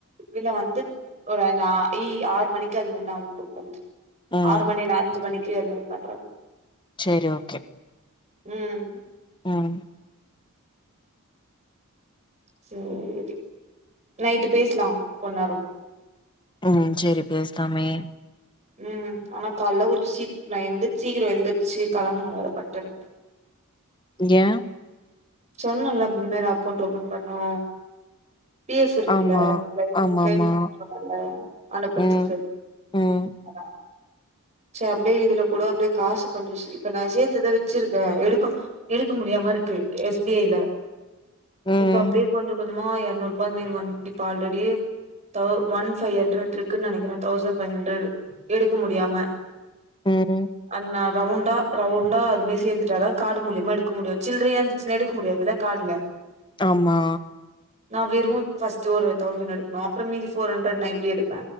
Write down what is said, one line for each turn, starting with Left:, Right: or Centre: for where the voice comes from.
Right: இல்ல வந்து ப்ப வேணா ஈ ஆறு மணிக்கு அத்மாரி நா உன்க்கு பண்றே
Left: ம்
Right: ஆறு மணி என்ன அஞ்சு மணிக்கே அத்மாரி பண்றே
Left: சேரி ஓகே
Right: ம்
Left: ம்
Right: சேரி நைட்டு பேசலா கொந்நேரோ
Left: ம் செரி பேசலாமே
Right: ம் ஆனா காலைல கொஞ்சோ சீ நா எந்திர் சீக்கிரோ எந்துர்ச்சு கெளம்பனு வேற பட்டுன்னு
Left: ஏ
Right: சொன்னல ம் வேற அக்கௌண்ட் ஓபன் பண்ணு பி எஃப் இருக்குல்ல
Left: ஆமா
Right: அது க்ளைம்
Left: ஆமாமா
Right: க்ளைம் பண்ணு சொன்னல அனுப்புறதுக்கு
Left: ம் ம்
Right: அதா சே அப்டியே இதுல கூட அப்டியே காசு கொஞ்சோ இப்ப நா சேத்துதா வச்சிருக்கே எடுக்க எடுக்க முடியாமருக்கு எஸ் பி ஐ ல
Left: ம்
Right: இப்ப அப்டியே கொஞ்ச கொஞ்சமா எர்நூறு ரூபா அது மேரி வந் இப்ப ஆல்ரெடி தொ ஒன் ஃபைவ் ஹண்டரட் இருக்குன்னு நெனைகறேன் தௌசண்ட் ஃபைவ் ஹண்ட்ரட் எடுக்க முடியாம
Left: ம்
Right: அதுனா ரவுண்டா ரவுண்டா அதுமே சேர்ந்துட்டாதா காடு மூலியமா எடுக்க முடியு சில்லறையா ஸ்னு எடுக்க முடியாதுல்ல கார்டுல
Left: ஆமா
Right: நா வெறு ஃபர்ஸ்ட் ஒரு தௌவ்சண்டு எடுக்கனு அப்றோ மீதி ஃபோர் ஹண்ட்ரட் நா இப்டி எடுப்பே